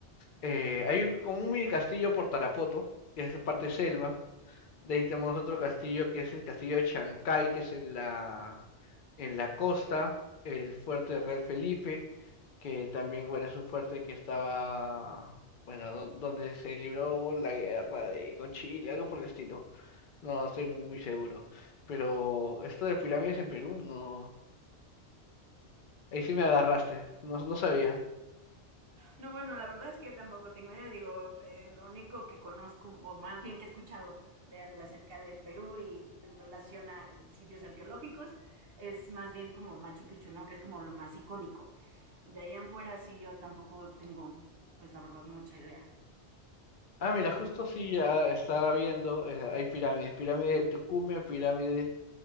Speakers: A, on the left; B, on the right.
A: eh, hay un- como un mini castillo por Tarapoto, que es parte selva. De ahí tenemos otro castillo que es el castillo de Chancay, que es en la, en la costa, el fuerte Real Felipe, que también, bueno, es un fuerte que estaba, bueno, do- donde se libró la guerra de, con Chile, algo por el estilo. No estoy muy seguro. Pero esto de pirámides en Perú, no. Ahí sí me agarraste, no, no sabía.
B: No, bueno, la verdad es que yo tampoco tengo idea, digo, eh, lo único que conozco, o más bien que he escuchado de, de acerca de Perú y en relación a sitios arqueológicos, es más bien como Machu Picchu, ¿no? Que es como lo más icónico. De ahí en fuera sí yo tampoco tengo, pues la verdad, mucha idea.
A: Ah, mira, justo sí ya estaba viendo, eh, hay pirámides, pirámide de Tucumán, pirámide